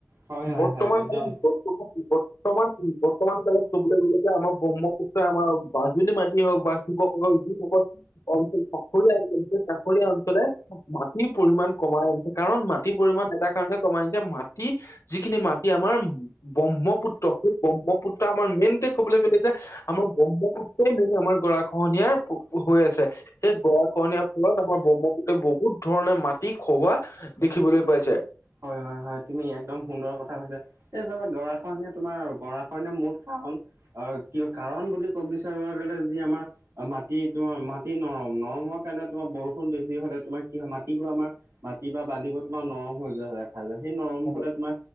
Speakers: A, on the right; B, on the left.
A: হয় হয়
B: বৰ্তমান
A: হয় একদম
B: কালত <unintelligible> বৰ্তমান বৰ্তমান কালত কবলৈ গ'লেটো আমাৰ ব্ৰহ্মপুত্ৰই আমাৰ মাজুলী মাটি হওক বা শিৱসাগৰ <unintelligible> অঞ্চল তাকৰীয়া অঞ্চল, সেই তাকৰীয়া অঞ্চলে মাটিৰ পৰিমান কমাই আনিছে, কাৰণ মাটিৰ পৰিমাণ এটা কাৰণতে কমাই আনিছে মাটি যিখিনি মাটি আমাৰ ব্ৰহ্মপুত্ৰ সেই ব্ৰহ্মপুত্ৰ আমাৰ মেইনকে ক'বলৈ গলে যে আমাৰ ব্ৰহ্মপুত্ৰই মানে আমাৰ গৰাখহনীয়াৰ হৈ আছে সেই গৰা খহনীয়াৰ ফলত আমাৰ ব্ৰহ্মপুত্ৰই বহুত ধৰণে মাটি খহোৱা দেখিবলৈ পাইছে।
A: হয় হয় হয় তুমি একদম সুন্দৰ কথা কৈছা। এই চাবা গৰাখহনীয়া তোমাৰ গৰাখহনীয়াৰ মূল কাৰণ অ কিয় কাৰণ বুলি কব বিচাৰিব গলে যি আমাৰ মাটি তোমাৰ মাটি নৰম নৰমৰ কাৰণে তোমাৰ বৰষুণ বেছি হলে তোমাৰ কি হয় মাটিবোৰ আমাৰ মাটি বা বালিবোৰ তোমাৰ নৰম হৈ যোৱা দেখা যায়, সেই নৰম
B: হয়
A: হলে তোমাৰ